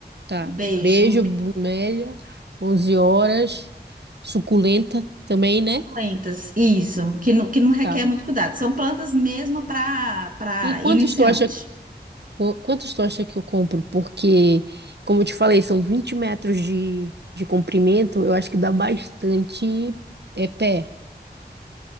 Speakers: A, on the right (about 75°); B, on the right (about 50°).
A: tá.
B: beijo,
A: Beijo, bromélia, 11 horas, suculenta também, né?
B: plantas, isso, que não, que não requer
A: Tá.
B: muito cuidado. São plantas mesmo para para
A: E quantos
B: iniciante.
A: tu acha Qu- Quantos tu acha que eu compro? Porque, como eu te falei, são 20 metros de, de comprimento, eu acho que dá bastante é pé.